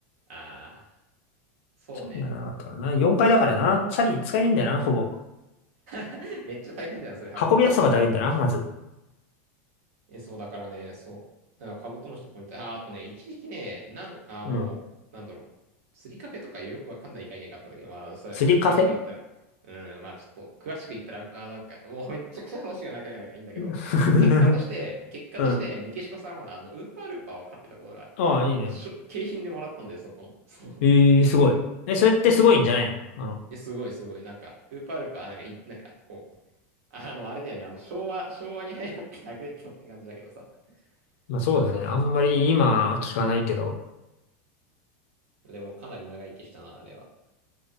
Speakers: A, on the right; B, on the left.
A: ああ、そうね。
B: チャリがなかったからな。4階だからな。チャリ使えねえんだよな、ほぼ。
A: <laughs> めっちゃ大変じゃん、それ運ぶの。
B: 運びやすさがだるいんだな、まず。
A: え、そう、だからね、そう、だからカブトムシとこにニたあー、あとね、一時期ね、なん、あの、
B: うん。
A: なんだろう、釣りカフェとかよくわかんない概念があったんだけど、まあ、それ、
B: 釣りカフェ
A: 詳しく言ったら、うん、まあちょっと、詳しく言ったら、まあなんか、もうめっちゃくちゃ話が長いからいいんだけど、
B: <laughs>
A: 結果として、結果として、
B: うん。
A: メキシコサラマンダー、あの、ウーパールーパーを飼ってたことがあ
B: ああ、いいね。
A: る。しょ、景品でもらったんだよ、そこの。<laughs> そう。
B: ええすごい。え、それってすごいんじゃないのあの、
A: え、すごい、すごい。なんか、ウーパールーパー、なんかい、なんか、こう、あの、あれだよね、あの、昭和、昭和に流行ってたペットって感じだけどさ。
B: まあそうだね。
A: そう。
B: あんまり今聞かないけど。
A: でもかなり長生きしたな、あれは。